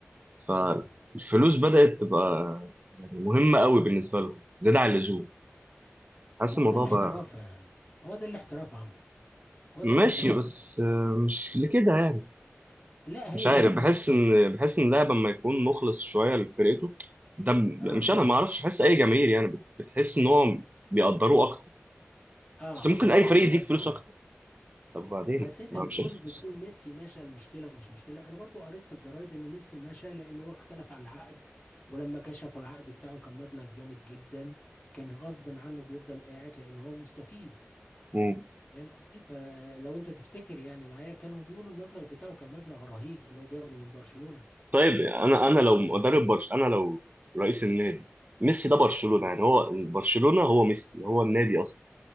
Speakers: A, on the left (about 30°); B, on the right (about 35°).
A: امم
B: فالفلوس بدأت تبقى يعني مهمة قوي بالنسبة لهم زيادة عن اللزوم حاسس
A: ما
B: الموضوع
A: هو ده الاحتراف
B: بقى
A: يا- هو ده الاحتراف يا عمرو هو
B: ماشي
A: ده الاحتراف
B: بس آه، مش لكده يعني
A: لا
B: مش
A: هي
B: عارف
A: الكده
B: بحس ان بحس ان اللاعب لما يكون مخلص شوية لفرقته ده م-
A: اه
B: مش انا ما اعرفش بحس اي جماهير يعني بت- بتحس ان هو بيقدروه اكتر
A: اه
B: بس ممكن
A: طبعا
B: اي فريق
A: بيقدروه
B: يديك فلوس اكتر طب بعدين
A: بس انت
B: ما
A: بتقول
B: مش هنخلص.
A: بتقول ميسي مشى المشكله ومش مشكله انا برضو قريت في الجرايد ان ميسي مشى لان هو اختلف على العقد ولما كشفوا العقد بتاعه كان مبلغ جامد جدا كان غصب عنه بيفضل قاعد لان هو مستفيد
B: مم.
A: فاهم قصدي فلو انت تفتكر يعني معايا كانوا بيقولوا المبلغ بتاعه كان مبلغ رهيب اللي هو بياخده من برشلونه
B: طيب انا
A: ف-
B: انا لو مدرب برش انا لو رئيس النادي ميسي ده برشلونة يعني هو برشلونة هو ميسي هو النادي اصلا